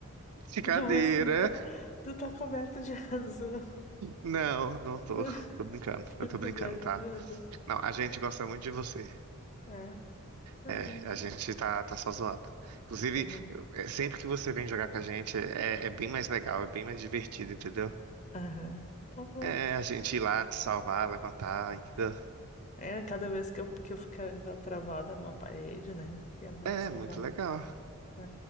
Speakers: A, on the right; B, on the left.
A: Brincadeira.
B: Não, mas tu tá, tu tá coberto de <laughs> razão.
A: Não, não tô.
B: Não,
A: Tô brincando.
B: tá
A: Eu tô brincando,
B: coberto
A: tá?
B: de razão.
A: Não, a gente gosta muito de você.
B: É, tá
A: É,
B: bem.
A: a gente tá, tá só zoado. Inclusive,
B: Tá bom.
A: eu- é, sempre que você vem jogar com a gente, é, é bem mais legal, é bem mais divertido, entendeu?
B: Aham, tá bom.
A: É, a gente ir lá te salvar, levantar, entendeu?
B: É, cada vez que eu, que eu ficava travada numa parede, né? Ia lá
A: É,
B: me salvar.
A: muito legal.
B: É,